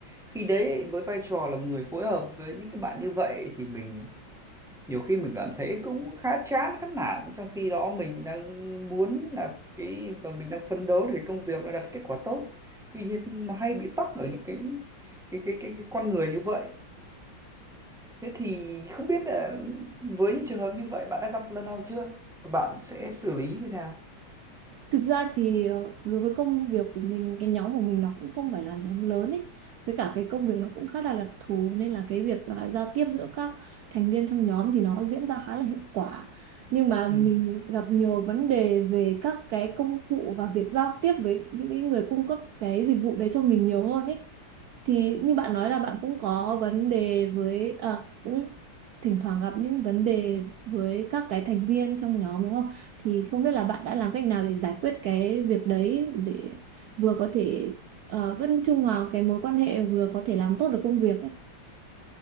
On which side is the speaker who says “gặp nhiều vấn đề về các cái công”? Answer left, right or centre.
Right